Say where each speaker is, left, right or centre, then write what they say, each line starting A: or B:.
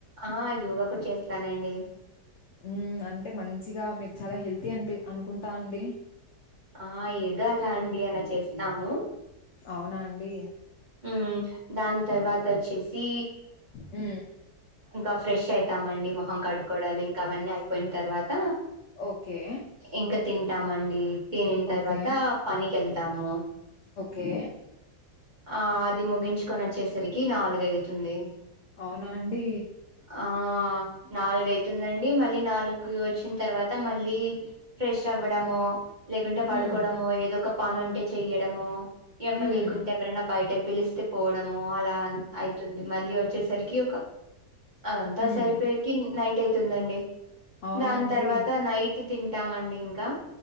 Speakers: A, on the right; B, on the left.
A: ఆ యోగ కూడ చేస్తానండి
B: ఉ అంటే మంచిగ మీరు చాల హెల్తీ అనిపి అనుకుంటా అండి
A: ఆ ఏదో అల అండి అల చేచినము
B: అవునాండి
A: ఉ దాని తర్వాత వచ్చేసి
B: ఉ
A: ఇంక ఫ్రెష్ అయితాం మండి మొహం కడుకొవడాాలు ఇంక అవన్నీ అయిపోయిన తర్వాత
B: ఓకే
A: ఇంక తింటామండి తినిన తర్వాత
B: ఓకే.
A: పనికి వెళ్తాము
B: ఓకే
A: ఆ అది ముగించుకొని వచ్చేసరికి నాలుగైతుంది
B: అవునాండి
A: ఆ నాలుగైతుందండి మళ్ళీ నాలుగు వచ్చిన తర్వాత మళ్ళీ ఫ్రెష్ అవ్వడమొ లేకుంటే పడుకోవడము
B: హ్మ్.
A: ఏదో ఒక పని ఉంటే చెయ్యడము వెవరులేకుంటే
B: హ్మ్.
A: ఎవరన్న బయటకు పిలిస్తే పోవడమొ అల అయితుంది మళ్ళీ వచ్చేసరికి ఒక అదంత్త
B: హ్మ్.
A: సరిపోయెకి నైట్ అయితుందండి
B: అవునా
A: దాని
B: అండి?
A: తర్వాత నై తింటామండి ఇంకా